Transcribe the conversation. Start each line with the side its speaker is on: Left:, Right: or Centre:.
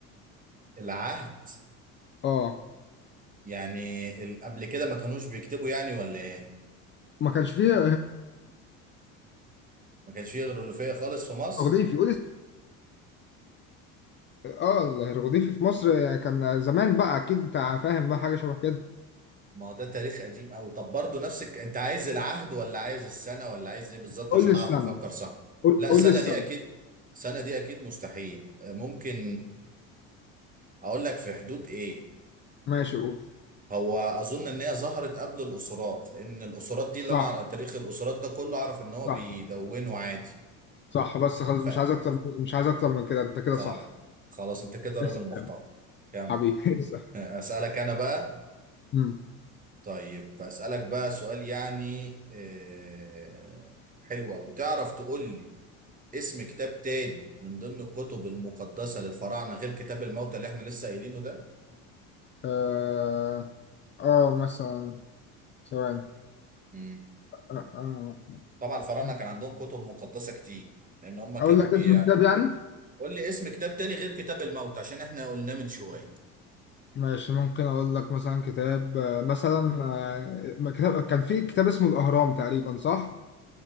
Right: العهد
Left: اه
Right: يعني ال- قبل كده ما كانوش بيكتبوا يعني ولا ايه
Left: ما كانش فيه
Right: ما كانش فيه غيرولوفية خالص في مصر
Left: هيروغليفي قول لي- اه الهيروغليفي في مصر كان زمان بقى اكيد انت فاهم بقى حاجه شبه كده
Right: ما هو ده تاريخ قديم قوي طب برضه نفسك انت عايز العهد ولا عايز السنه ولا عايز ايه بالظبط
Left: قول
Right: عشان
Left: لي السنه
Right: اعرف افكر صح
Left: قول
Right: لا
Left: قول
Right: السنه
Left: لي السنه
Right: دي اكيد السنه دي اكيد مستحيل آه، ممكن اقول لك في حدود ايه
Left: ماشي قول
Right: هو اظن ان هي ظهرت قبل الاسرات لان الاسرات دي
Left: صح
Right: اللي انا أعرف- تاريخ الاسرات ده كله اعرف ان هو
Left: صح
Right: بيدونه عادي
Left: صح بس خلاص
Right: ف
Left: مش عايز اكتر مش عايز اكتر من كده انت كده
Right: طيب
Left: صح
Right: خلاص انت كده راجل
Left: اسال
Right: محترم
Left: يلا
Right: كمل
Left: حبيبي <laughs> اسال
Right: <laughs> اسالك انا بقى
Left: امم
Right: طيب أسألك بقى سؤال يعني آه، حلو أوي تعرف تقول لي اسم كتاب تاني من ضمن الكتب المقدسة للفراعنة غير كتاب الموتى اللي احنا لسه قايلينه ده؟
Left: اه آه، مثلا ثواني
Right: مم.
Left: آه.
Right: طبعا الفراعنة
Left: آه.
Right: كان عندهم كتب مقدسة كتير لأن هم كانوا
Left: اقول لك
Right: بي
Left: اسم كتاب يعني
Right: قول لي اسم كتاب تاني غير كتاب الموتى عشان احنا قلناه من شوية
Left: ماشي ممكن اقول لك مثلا كتاب آه، مثلا آه، كتاب كان في كتاب اسمه الاهرام تقريبا صح